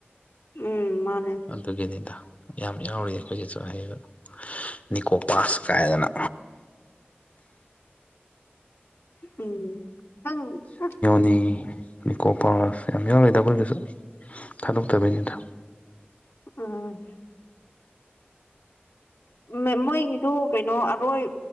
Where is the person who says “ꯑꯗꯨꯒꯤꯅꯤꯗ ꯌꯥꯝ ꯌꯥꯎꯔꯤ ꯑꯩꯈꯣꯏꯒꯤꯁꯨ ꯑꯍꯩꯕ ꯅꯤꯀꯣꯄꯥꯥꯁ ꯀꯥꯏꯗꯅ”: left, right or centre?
Left